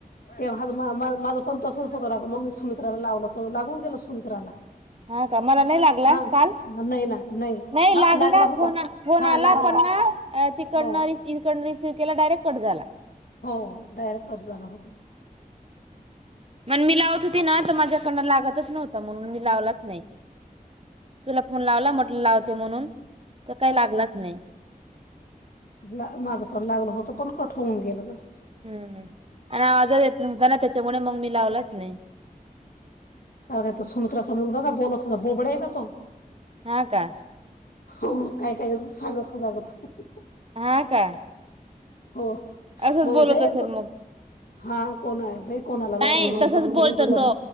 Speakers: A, on the left (about 75°); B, on the right (about 40°).
A: ते हा ना मा मा माझं पण तसंच होतो न मग मी सुमित्राला लावलं त लागून गेलं सुमित्राला.
B: हा का? मला नाही लागला
A: हा
B: काल?
A: नाही ना
B: नाही
A: हा
B: लागला
A: होता
B: फोन. फोन
A: हा
B: आला
A: लागला
B: होता ना तिकडन,
A: हो
B: रीसिव्ह, इकडंन रीसिव्ह सीव्ह केला डायरेक् कट झाला.
A: हो डायरेक्ट कट झाला होत
B: मंग मी लावत होती ना तर माझ्याकडनं लागतच- नव्हता. म्हणून मी लावलाच नाही. तुला फोन लावला म्हटल लावते म्हणून- तर काही लागलाच नाही.
A: म माझं पण लागलं होतं पण कट होऊन गेलं गं.
B: हम्म आणि आवाजचं येत नव्हता ना त्याच्यामुळे मग मी लावलाच नाही.
A: कोण हे तो सुमित्रा चा मुलगा का? बोलत सुद्धा बोबड्या हे का तो?
B: हा का?
A: हो. काय काय असचं सांगत होता गं तो.
B: हा का?
A: हो.
B: असंच
A: मंग
B: बोलत
A: काय
B: असेल मग
A: - हा कोण आहे? बाई कोणाला लागला
B: नाही
A: म्हणून
B: तसच
A: कट
B: बोलतो
A: करून दिला
B: तो
A: मी.